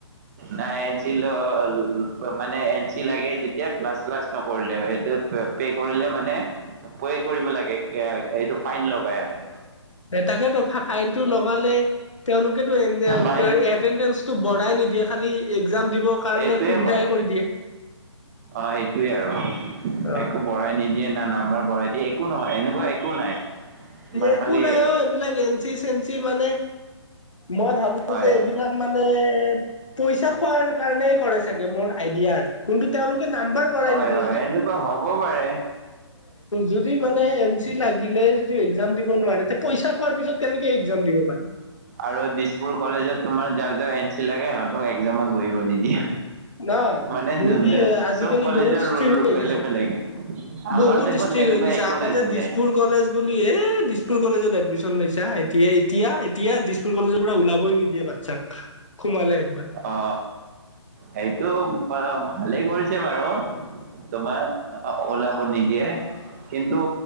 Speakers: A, on the right; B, on the left.
A: নাই এন চি লৈ মানে এন চি লাগে যেতিয়া ক্লাছ চ্লাছ নকৰিলে সেইটোৱে পে' কৰিলে মানে পে কৰিব লাগে এইটো ফাইন লগা আছে।
B: তাকে তো ফাইনতটো লগালে তেওঁলোকেতটো এ
A: ফাইন
B: এটেণ্ডেঞ্চটো বঢ়াই নিদিয়ে খালি এক্জাম দিবৰ কাৰণে
A: এইটোৱে
B: সুবিধাহে কৰি দিয়ে।
A: সেইটোৱে আৰু
B: অ
A: একো বঢ়াই নিদিয়ে না নাম্বাৰ বঢ়াই দিয়ে একো নহয় এনেকুৱা একো নাই। তোমাৰ
B: একো
A: খালি
B: নাই অ এইবিলাক এনঞ্চি চেঞ্চি মানে মই ভাবো মোৰ
A: হয়
B: যে এইবিলাক মানে। পইচা খোৱাৰ কাৰণে কৰে চাগে মোৰ আইডিয়াৰ কিন্তু তেওঁলোকে নাম্বাৰ বঢ়াই
A: হয়
B: নিদিয়ে
A: হয় এনেকুৱা হ'ব পাৰে
B: যদি মানে এ চি লাগিলে এক্সাম দিব নোৱাৰে তে পইচা খোৱাৰ পিছত কেনেকে এক্সাম দিব পাৰে।
A: আৰু দিছপুৰ কলেজত তোমাৰ যাৰ যাৰ এন চি লাগে সিহঁতক এক্জামত বহিব নিদিয়ে।
B: ন
A: মানে
B: নিদিয়ে
A: যোন- যোন-
B: আজিকালি
A: চব কলেজৰ
B: বহুত স্থিৰ
A: ৰুল
B: হৈ
A: বেলেগ
B: গিছে।
A: বেলেগ আমাৰ
B: বহুত
A: দেখোন
B: ডিষ্ট্ৰিক্ট
A: তেনেকুৱা
B: হৈ গৈছে
A: একো
B: আগতে
A: নাছিলে
B: দিছপুৰ কলেজ বুলিহে দিছপুৰ কলেজত এডমিশন লৈছা এতিয়া এতিয়া এতিয়া দিছপুৰ কলেজত পুৰা ওলাবই নিদিয়ে বাচ্ছাক সোমালে একবাৰ
A: অ সেইটো ভালেই কৰিছে বাৰু তোমাৰ ওলাবোৰ নিদিয়ে। কিন্তু